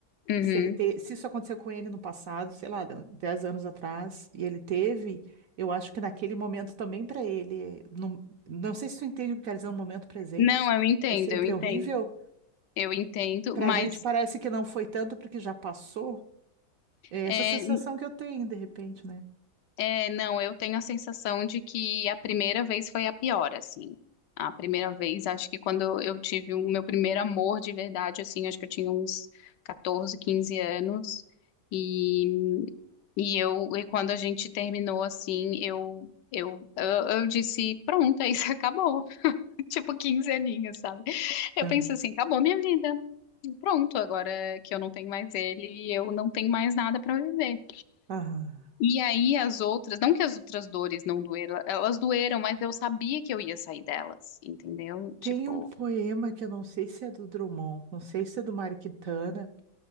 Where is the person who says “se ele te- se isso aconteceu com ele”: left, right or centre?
Right